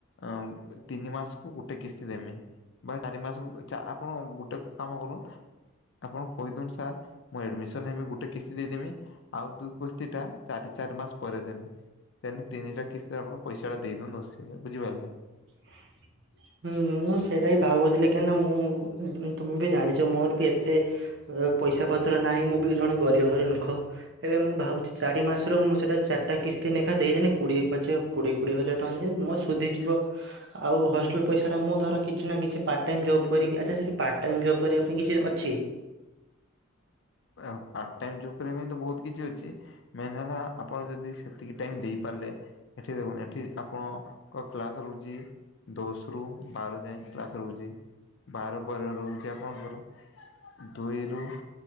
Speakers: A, on the left; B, on the right.
A: ଅ ତିନି ମାସକୁ ଗୋଟେ କିସ୍ତି ଦେମି। ବା ଚାରି ମାସକୁ ଆପଣ ଗୋଟେ କାମ କ <unintelligible> ଆପଣଙ୍କୁ କହିଦିଅନ୍ତୁ ସାର୍ ମୁଁ ଆଡ଼ମିଶନ ହେମି ଗୋଟେ କିସ୍ତି ଦେଇଦେମି। ଆଉ ଦୁଇ କୁସ୍ତି ଟା ଚାରି ଚାରି ମାସ ପରେ ଦେମି। <unintelligible> ତିନିଟା କିସ୍ତି ର ଆପଣ ପଇସା ଟା ଦେଇଦିଉନ୍ତୁ ଅଶି ହଜାର ବୁଝିପାରିଲେ।
B: ହ ହୁଁ ହୁଁ ମୁଁ ସେଇଟା ହି ଭାବୁଥିଲି କାହିଁକି ନା ମୁଁ ତୁମେ ବି ଜାଣିଛ ମୋର ବି ଏତେ <unintelligible> ପଇସା ପତ୍ର ନାହିଁ ମୁଁ ବି ଜଣେ ଗରିବ ଘର ଲୁକ। ଏବେ ମୁଁ ଭାବୁଛି ଚାରି ମାସରୁ ମୁଁ ସେଇଟା ଚାରିଟା କିସ୍ତି ଲେଖା ଦେଇଦେନେ କୋଡ଼ିଏ କୋଡ଼ିଏ କୋଡ଼ିଏ ହଜାର ଟଙ୍କା ନେଇଗଲେ ମୋର ସୁଜିଯିବ। ଆଉ ହଷ୍ଟେଲ୍ ପଇସା ଟା ମୁଁ ଧର କିଛି ନା କିଛି ପାଟ୍ ଟାଇମ୍ ଜବ୍ କରିକି ଆଚ୍ଛା ସେଠି ପାଟ୍ ଟାଇମ୍‌ ଜବ୍ କରିବା ପାଇଁ କିଛି ଅଛି?
A: ଆ ପାର୍ଟ ଟାଇମ୍ ଜବ୍ କରିବା ପାଇଁ ତ ବହୁତ୍ କିଛି ଅଛି। ମେନ୍ ହେଲା ଆପଣ ଯଦି ସେତିକି ଟାଇମ୍ ଦେଇପାରିଲେ। ଏଠି ଦେଖନ୍ତୁ ଏଠି ଆପଣଙ୍କ ର କ୍ଲାସ୍ ରହୁଛି। ଦଶରୁ ବାର ଯାଏ କ୍ଲାସ୍ ରହୁଛି ବାର ପରେ ରହୁଛି ଆପଣଙ୍କର ଦୁଇ ରୁ